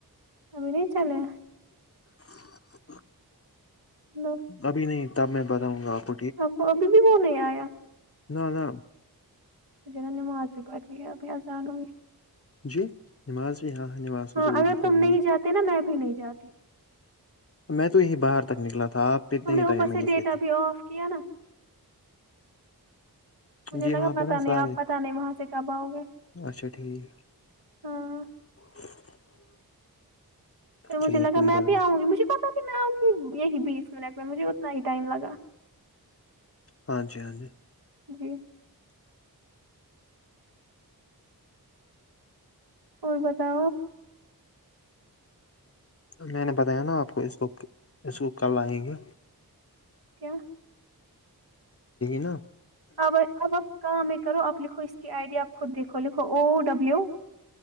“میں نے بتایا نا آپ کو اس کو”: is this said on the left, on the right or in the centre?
Left